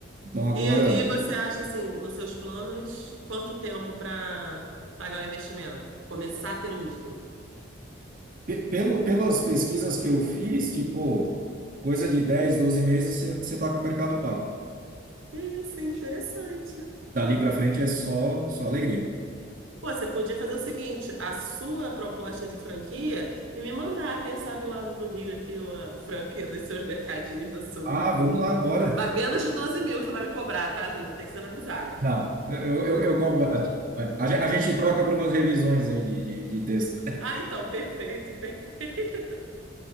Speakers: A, on the right; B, on the right.
A: Então agora,
B: E, e você acha, assim, nos seus planos, quanto tempo para pagar o investimento? Começar a ter lucro?
A: pe- pelo, pelas pesquisas que eu fiz, tipo, coisa de 10, 12 meses, você você tá com o mercado pago.
B: Isso é interessante.
A: Dali para frente é só, só alegria.
B: Pô, você podia fazer o seguinte, a sua proposta de franquia e me mandar. Quem sabe eu abro no Rio aqui a franquia dos seus mercadinhos do Sul.
A: Ah, vamos lá, bora.
B: Mas menos de 12 mil você vai me cobrar, tá, Juliana? Tem que ser na amizade.
A: Não, eu, eu, eu combato. Vai. A, gen- a gente troca por umas revisões aí de, de de texto.
B: Ah, então, perfeito, <laughs> perfeito.